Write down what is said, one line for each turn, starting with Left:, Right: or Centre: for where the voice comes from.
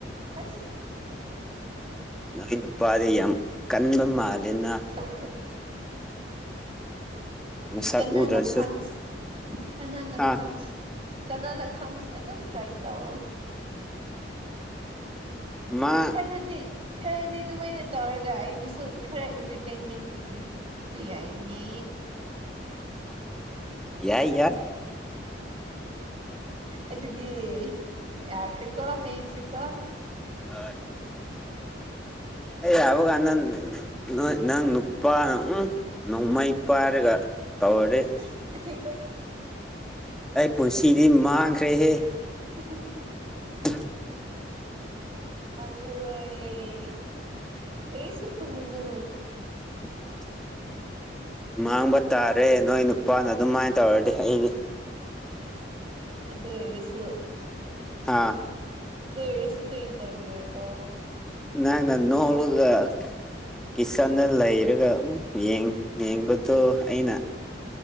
Right: ꯑꯁ꯫
Centre: ꯅꯣꯏ ꯅꯨꯄꯥꯗꯤ ꯌꯥꯝ ꯀꯟꯕ ꯃꯥꯜꯂꯦꯅ꯫
Right: <inaudible>
Centre: ꯃꯁꯛ
Right: ꯀꯅꯥꯅ
Centre: ꯎꯗ꯭ꯔꯁꯨ
Right: ꯈꯪꯁ ꯀꯅꯥꯅ
Centre: ꯑꯥ
Right: ꯈꯪꯁ꯫ ꯀꯅꯥꯅ ꯈꯪꯁ ꯑꯗꯨꯝ ꯇ꯭ꯔꯥꯏ ꯇꯧꯑꯣ꯫
Centre: ꯃꯥ
Right: ꯈꯔꯗꯤ ꯈꯔꯗꯤ ꯑꯗꯨꯃꯥꯏꯅ ꯇꯧꯔꯒ ꯑꯩꯕꯨꯁꯨ ꯈꯔ ꯏꯟꯇ꯭ꯔꯇꯦꯟꯃꯦꯟ ꯄꯤꯕꯗꯨ ꯁꯨ ꯌꯥꯏꯌ‌ꯦꯅꯦ
Centre: ꯌꯥꯏ ꯌꯥꯏ
Right: ꯑꯗꯨꯗꯤ ꯌꯥꯈ꯭ꯔꯦꯀꯣ ꯍꯌꯦꯡꯁꯤꯀꯣ꯫
Centre: ꯍꯣꯏ꯫ ꯑꯩ ꯂꯥꯛꯄ ꯀꯥꯟꯗ ꯅꯣꯏ ꯅꯪ ꯅꯨꯄꯥꯅ ꯎꯝ ꯅꯣꯡꯃꯩ ꯄꯥꯏꯔꯒ ꯇꯧꯔꯗꯤ꯫
Right: <unintelligible>
Centre: ꯑꯩ ꯄꯨꯟꯁꯤꯗꯤ ꯃꯥꯡꯈ꯭ꯔꯦꯍꯦ꯫
Right: <unintelligible>
Centre: <unintelligible>
Right: ꯃꯥꯡꯒ꯭ꯔꯣꯏꯌꯦ ꯀꯔꯤꯁꯨ ꯈꯪꯒꯅꯨ꯫
Centre: <inaudible> ꯃꯥꯡꯕ ꯇꯥꯔꯦ ꯅꯣꯏ ꯅꯨꯄꯥꯅ ꯑꯗꯨꯃꯥꯏꯅ ꯇꯧꯔꯗꯤ ꯑꯩꯗꯤ꯫
Right: ꯐꯔꯦ꯫ ꯑꯗꯨ ꯑꯣꯏꯔꯁꯨ꯫
Centre: ꯍꯥꯥ꯫
Right: ꯑꯗꯨ ꯑꯣꯏꯔꯁꯨ ꯀꯔꯤ ꯇꯧꯒꯦꯔꯥꯀꯣ꯫
Centre: ꯅꯪꯅ ꯅꯣꯛꯂꯒ ꯀꯤꯆꯟꯗ ꯂꯩꯔꯒ ꯎꯝ ꯌꯦꯡ ꯌꯦꯡꯕꯗꯣ ꯑꯩꯅ